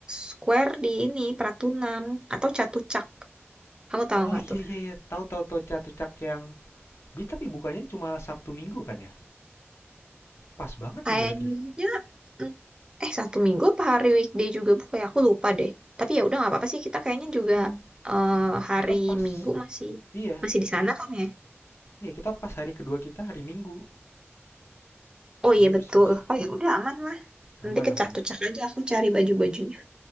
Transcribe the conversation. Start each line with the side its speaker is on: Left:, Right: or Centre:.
Right: Square di ini Pratunam atau Catucak. Kamu tahu
Left: Oh
Right: nggak
Left: iya
Right: tuh?
Left: iya iya, tahu tahu tahu catucak yang Beli tapi bukannya cuma Sabtu Minggu kan ya? Pas banget
Right: Kayaknya
Left: nih berarti.
Right: mm, eh satu minggu apa hari weekday juga bu? Kayak aku lupa deh. Tapi ya udah nggak apa-apa sih. Kita kayaknya juga
Left: Mhm,
Right: eh, hari
Left: kita pas.
Right: Minggu masih
Left: Iya,
Right: masih di sana kan ya?
Left: iya kita pas hari kedua kita hari Minggu.
Right: Oh
Left: Jadi
Right: iya
Left: harusnya
Right: betul.
Left: bisa.
Right: Oh ya udah aman lah.
Left: Aman
Right: Nanti kecak-kecak
Left: aman.
Right: aja aku cari baju-bajunya.